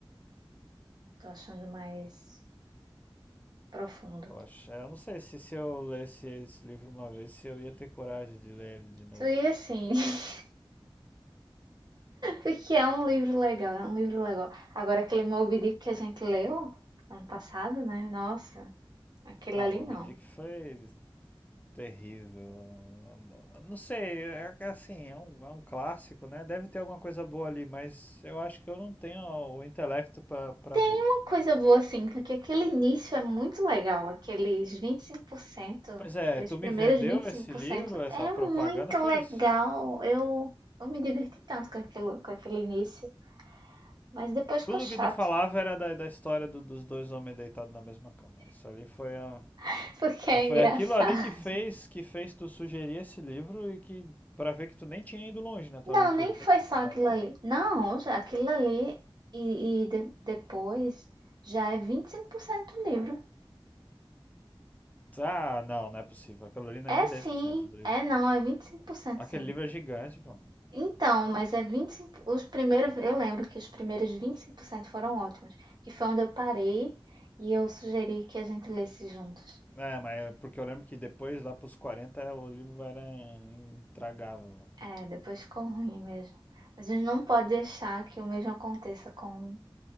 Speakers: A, on the right; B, on the left.
A: Tô achando mais profundo.
B: Poxa, eu não sei se, se eu lesse esse livro uma vez, se eu ia ter coragem de ler ele de novo.
A: Então, E assim, <laughs> porque é um livro legal, é um livro legal. Agora aquele Moby Dick que a gente leu ano passado, né? Nossa, aquele
B: Ah,
A: ali
B: Moby
A: não.
B: Dick foi terrível. Eu- Não sei, é que, assim, é um, é um clássico, né? Deve ter alguma coisa boa ali, mas eu acho que eu não tenho o intelecto pra pra ver.
A: Uma coisa boa assim, porque aquele início é muito legal, aqueles vinte e cinco por cento
B: Pois é,
A: aqueles
B: tu
A: primeiros
B: me vendeu
A: vinte e cinco
B: esse
A: por
B: livro,
A: cento
B: essa
A: é
B: propaganda,
A: muito
B: foi
A: legal.
B: isso.
A: Eu eu me diverti tanto com aquilo, com aquele início. Mas depois ficou
B: Tudo que
A: chato,
B: tu falava era da, da história do- dos dois homens deitados na mesma cama. Isso ali foi a,
A: <laughs> porque é
B: a- foi
A: engraçado.
B: aquilo ali que fez que fez tu sugerir esse livro e que pra ver que tu nem tinha ido longe na tua
A: Não,
B: leitura
A: nem
B: pra
A: foi
B: tu recomendar.
A: só aquilo ali. Não, já aquilo ali e, e de- depois já é 25% do livro.
B: Ah, não, não é possível. Aquilo ali não
A: É
B: é nem
A: sim,
B: 10% do livro.
A: é não, é 25%
B: Aquele
A: sim.
B: livro é gigante, pô.
A: Então, mas é 25 os primeiros, eu lembro que os primeiros 25% foram ótimos, que foi onde eu parei e eu sugeri que a gente lesse juntos.
B: É, mas é porque eu lembro que depois, lá pros 40 o livro era intragável.
A: É, depois ficou ruim mesmo. Mas a gente não pode deixar que o mesmo aconteça com